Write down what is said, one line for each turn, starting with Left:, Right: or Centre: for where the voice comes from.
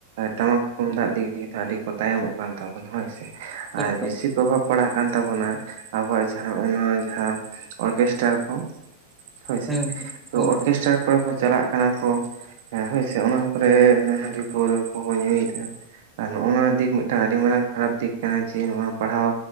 Right: ᱴᱟᱢᱟᱠ ᱛᱩᱢᱫᱟᱜ ᱫᱤᱠ ᱫᱤᱭᱮ ᱛᱮ ᱟᱹᱰᱤ ᱠᱚ ᱛᱟᱭᱚᱢᱚᱜ ᱠᱟᱱ ᱛᱟᱵᱚ ᱦᱳᱭ ᱥᱮ ᱾
Centre: ᱮᱠᱫᱚᱢ
Right: ᱟᱨ ᱵᱮᱥᱤ ᱯᱨᱚᱵᱷᱟᱵᱽ ᱯᱟᱲᱟᱜ ᱠᱟᱱ ᱛᱟᱵᱚᱱᱟ ᱟᱵᱚᱣᱟᱜ ᱡᱟᱦᱟᱸ ᱚᱱᱟ ᱡᱟᱦᱟᱸ ᱚᱨᱜᱮᱥᱴᱟᱨ ᱠᱚ᱾ ᱦᱳᱭ ᱥᱮ
Centre: ᱦᱩᱸ
Right: <inaudible> ᱛᱚ
Centre: ᱦᱩᱸ
Right: ᱚᱨᱠᱮᱥᱴᱨᱟᱨ ᱠᱚᱨᱮ ᱠᱚ ᱪᱟᱞᱟᱜ ᱠᱟᱱᱟ ᱠᱚ ᱦᱳᱭ ᱥᱮ, ᱚᱱᱟ ᱠᱚᱨᱮ ᱦᱟᱺᱰᱤ ᱯᱟᱹᱣᱨᱟᱹ ᱠᱚᱠᱚ ᱧᱩᱭᱮᱫ ᱟ ᱾ ᱟᱨ ᱱᱚᱜᱼᱚ ᱱᱚᱣᱟ ᱫᱤᱠ ᱢᱤᱫᱴᱟᱝ ᱟᱹᱰᱤ ᱢᱟᱨᱟᱝ ᱠᱷᱟᱨᱟᱯ ᱫᱤᱠ ᱠᱟᱱᱟ ᱡᱮ ᱱᱚᱣᱟ ᱯᱟᱲᱦᱟᱣ